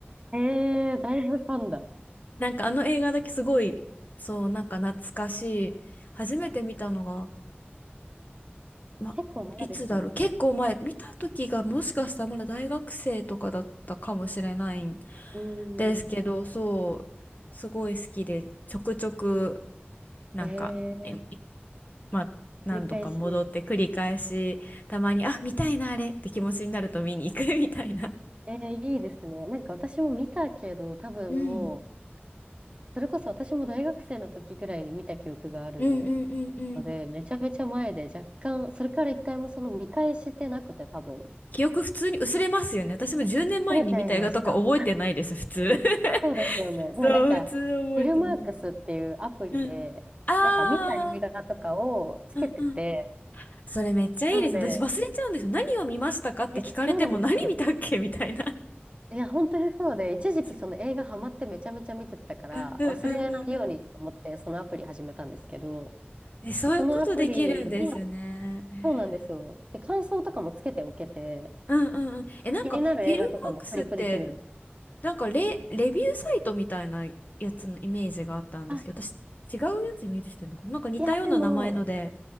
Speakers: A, on the right; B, on the left.
A: えー、だいぶファンだ。
B: <laughs> なんかあの映画だけすごいそうなんか懐かしい初めて見たのが、ま、
A: 結構前ですよね、
B: いつだろう結構前見た時がもしかしたらまだ大学生とかだったかもしれない
A: もう。う
B: ですけど、
A: ーん。
B: そう、すごい好きで、ちょくちょく、なんか、
A: えー
B: え、まあ、何度か戻って繰り返し、
A: 繰り返し。
B: たまに、あ、見たいな、あれって気持ちになると見に行く <laughs> みたいな。
A: えー、いいですね。なんか私も見たけど、多分もう、
B: うん
A: それこそ私も大学生の時ぐらいに見た記憶がある
B: うんうんうんうん。
A: ので、めちゃめちゃ前で若干、それから一回もその見返してなくて多分。
B: 記憶普通に薄れますよね。私も10年前に見た映画とか覚えてないです、
A: されちゃいました。
B: 普通。
A: そうですよね。
B: <laughs>
A: でもなんか、
B: そう、普通覚えてない。
A: フィルマークスっていうアプリで、
B: うん。あー、
A: なんか見た映画とかをつけてて、
B: うんうん。それめっちゃいいですね。
A: なんで、
B: 私忘れちゃうんですよ。何を見ましたかって聞かれても何見たっけみたいな。
A: え、そうなんですよ。いや、本当にそうで、一時期その映画ハマってめちゃめちゃ見てたから、
B: <laughs> そううんうんうんうんうん。
A: 忘れないようにと思ってそのアプリ始めたんですけど、
B: え、そういうことできるんですね。
A: そのアプリに、
B: えー
A: そうなんですよ。で、感想とかもつけておけて、
B: うんうんうん。え、なんか、
A: 気になる映画とかもクリップできるんです。
B: フィルマークスって、なんかレ、レビューサイトみたいなやつのイメージがあったんですけど、
A: あ、
B: 私、違うやつイメージしてるのかななんか似たような名前ので。
A: いや、でも、